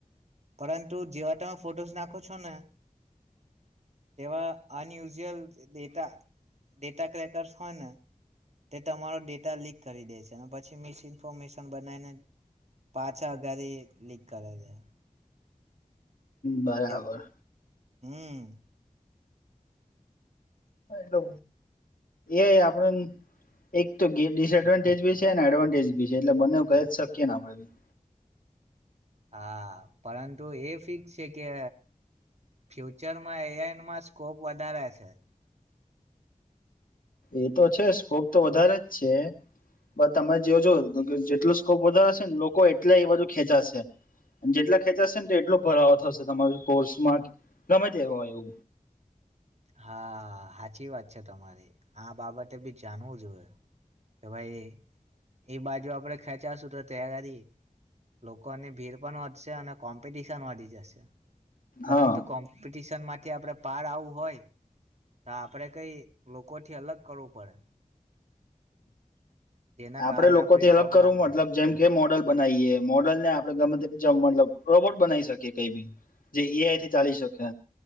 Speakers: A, on the right (about 50°); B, on the left (about 75°).
A: પરંતુ જેવા તમે ફોટોસ નાખો છો ને તેવા અનયુઝઅલ ડેટા ડેટા ક્રેકર્સ હોય ને તે તમારો ડેટા લીક કરી દે છે, અને પછી મિસ ઇન્ફોર્મેશન બનાવીને પાછા અગારી લીક કરે છે
B: બરાબર
A: તેમ- હમ
B: તો એ આપડન એક તો ડિસએડવાન્ટેજ બી છે ને એડવાન્ટેજ ભી છે એટલે બંને ક શકીએ ને આપડે બી
A: હા, પરંતુ એ ફિક્સ છે કે ફ્યુચરમાં એયાનમાં સ્કોપ વધારે છે
B: એ તો છે સ્કોપ તો વધારે જ છે તમે જોઓજો જેટલો સ્કોપ વધારેશે ને લોકો એટલા એ બાજુ ખેંચાશે જેટલા ખેંચાશે ને તો એટલો ભરાવો થશે તમાર કોર્સમાં ગમે તે હોય એ
A: હા, હાચી વાત છે તમારી આ બાબતે બી જાણવું જોઈએ કે, ભાઈ એ બાજુ આપડે ખેંચાશું તો તૈયારી લોકોની ભીડ પણ વધશે અને કોમ્પિટિશન વધી જશે પરંતુ
B: હા
A: કોમપિ ન થી આપણે પાર આવવું હોય તો આપડે કઈ લોકો થી અલગ કરવું પડે જેના
B: આપડે
A: કારણે
B: લોકોથી
A: આપણી
B: અલગ
A: જોબ
B: કરવું
A: લાગે
B: મતલબ જેમ કે મોડલ બનાવીએ મોડલ ને આપણે ગમે મતલબ રોબોટ બનાવી શકીએ કઈ બી જે એઆઈથી ચાલી શકે